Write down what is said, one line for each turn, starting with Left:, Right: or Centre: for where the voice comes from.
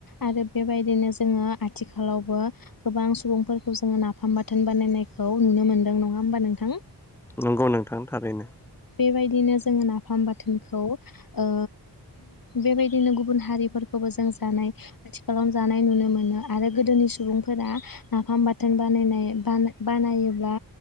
Left: आरो बेबायदिनो जोङो आथिखालावबो गोबां सुबुंफोरखौ जोङो नाफाम बाथोन बानायनाय खौ नुनो मोनदों नङा होमबा नोंथां
Centre: नंगौ नोंथां थारैनो
Left: बेबायदिनो जोङो नाफाम बाथोनखौ ओ बेबायदिनो गुबुन हारिफोरखौबो जों जानाय आथिखालाव जानाय नुनो मोनो आरो गोदोनि सुबुं फोरा नाफाम बा थोन बानायनाय बाना बानायोब्ला